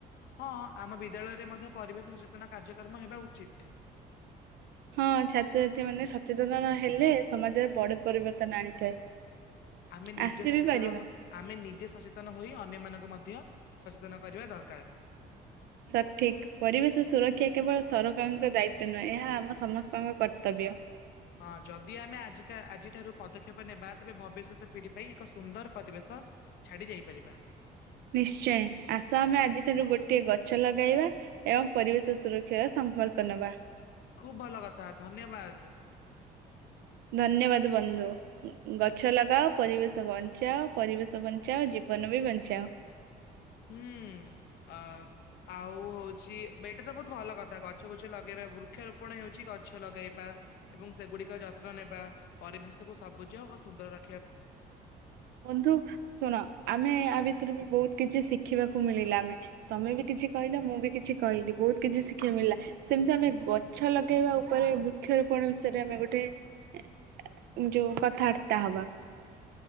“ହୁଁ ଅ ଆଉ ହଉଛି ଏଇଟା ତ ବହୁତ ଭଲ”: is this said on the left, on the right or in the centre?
Left